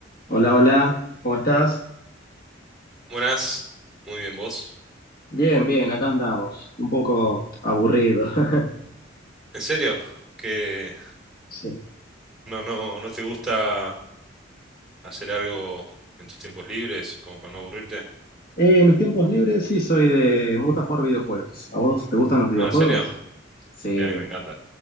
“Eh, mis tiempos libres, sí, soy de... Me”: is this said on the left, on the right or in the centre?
Left